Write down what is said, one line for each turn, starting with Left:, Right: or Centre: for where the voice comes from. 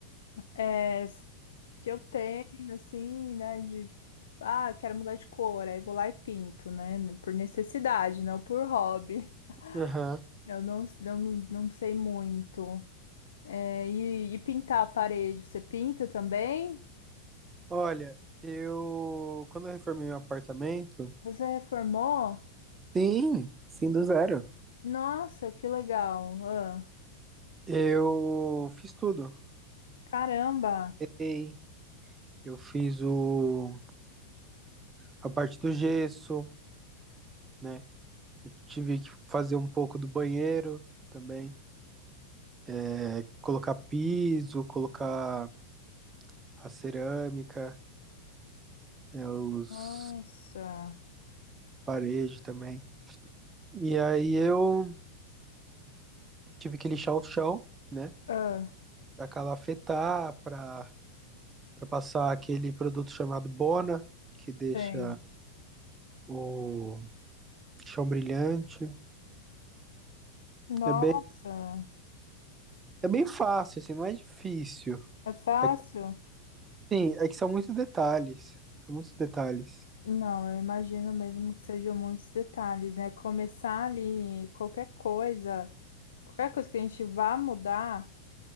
Left: é, s- que eu tenho assim, né, de ah, eu quero mudar de cor, aí vou lá e pinto, né? Por necessidade, não por hobby.
Right: Aham.
Left: Eu não, não, não sei muito. É, e, e pintar a parede, você pinta também?
Right: Olha, eu. Quando eu reformei meu apartamento.
Left: Você reformou?
Right: Sim, sim, do zero.
Left: Nossa, que legal! Ah,
Right: Eu fiz tudo.
Left: caramba!
Right: Ei, Eu fiz o... a parte do gesso, né? Eu tive que fazer um pouco do banheiro também. É, colocar piso, colocar a cerâmica, é, os
Left: Nossa!
Right: paredes também. E aí eu tive que lixar o chão, né?
Left: Ah,
Right: Pra calafetar, pra para passar aquele produto chamado Bona, que deixa
Left: sei.
Right: o chão brilhante.
Left: Nossa,
Right: É bem, é bem fácil, assim, não é difícil.
Left: é fácil?
Right: É, que, sim, é que são muitos detalhes. São muitos detalhes.
Left: Não, eu imagino mesmo que sejam muitos detalhes, né? Começar ali qualquer coisa, qualquer coisa que a gente vá mudar.